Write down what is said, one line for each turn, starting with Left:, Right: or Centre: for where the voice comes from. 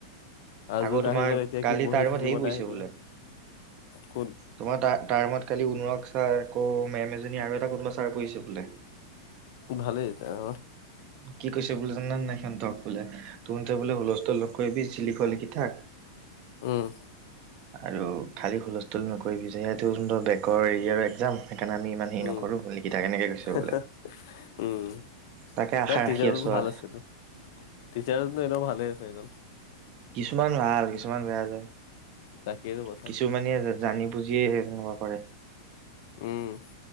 Left: আ
Right: আকৌ
Left: জুদ
Right: তোমাৰ
Left: আহি গ'ল এতিয়া
Right: কালি
Left: কি বহি
Right: তাৰ ৰুমত
Left: থাকিব
Right: হেৰি পৰিছে
Left: তাই আহিবেলে
Right: বোলে
Left: কোন?
Right: তোমাৰ তাৰ তাৰ মত কালি অনুৰাগ ছাৰ আকৌ মেম এজনী আৰু এটা কোনোবা ছাৰ কৰিছে বোলে।
Left: ভালেই অঁহ।
Right: কি কৈছে বোলে জানানে নাই সিহঁতক বোলে তুহঁতে বোলে হুলস্থুল নকৰিবি, যি লিখ লিখি থাক-
Left: উম'
Right: আৰু খালী হুলস্থুল নকৰিবি, যিহেতু তহঁতৰ বেকৰ এৰিয়াৰ এক্জাম সেইকাণে আমি ইমান- হেৰি
Left: উম'
Right: নকৰোঁ লিখি থাক এনেকে কৈছে
Left: উম'
Right: বোলে তাকে আশা
Left: নাই,
Right: ৰাখি
Left: টিচাৰজন
Right: আছোঁ
Left: ভাল
Right: আৰু
Left: আছেতো টিচাৰজনটো এনেইয়ো ভালে আছে এইজন।
Right: কিছুমান ভাল কিছুমান বেয়া যে
Left: তাকেইতো কথা
Right: কিছুমানে জানি বুজি- যিয়েহে তেনেকুৱা কৰে।
Left: উম'